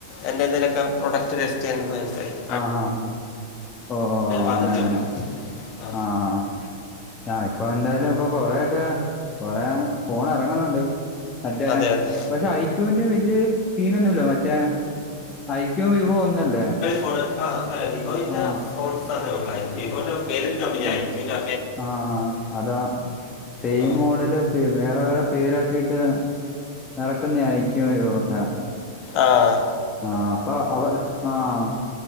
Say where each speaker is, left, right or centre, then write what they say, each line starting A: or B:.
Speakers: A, on the left; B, on the left.
A: എൻ്റെന്തേലൊക്കെ പ്രോടക്റ്റ് ടെസ്റ്റ് ചെയ്യാനും നൈസ് ആയിരിക്കും
B: ആഹ് ആഹ് ഓ ഓ അങ്ങനെ
A: പറഞ്ഞതേ
B: അങ്ങനെ
A: ഉള്ളൂ ആ,
B: ആഹഹ ആഹ ഇപ്പൊ എന്തായാലും ഇപ്പൊ കൊറയൊക്കെ കൊറേ ഫോൺ എറങ്ങുന്നുണ്ട് മറ്റേ
A: അതെ അതെ
B: പക്ഷെ ഐക്യുവിന്റെ വലിയ സീനൊന്നുമില്ല മറ്റേ ഐക്യവും വിവോ ഒന്നല്ലേ
A: ഫോ ആ അല്ല വിവോന്റെ
B: ആ
A: ഫോൺസ് ഉള്ള വിവോന്റെ പേഡ് കമ്പനിയ ഐ ക്യു ന്റെ
B: ആഹ അതാ സെയിം
A: ആ.
B: മോഡൽ വേറെ വേറെ പേരാക്കിയിട്ട് ഇറക്കുന്ന ആയിരിക്കും വിവോക്കെ
A: ആഹ
B: ആ അപ്പൊ അത് ആഹ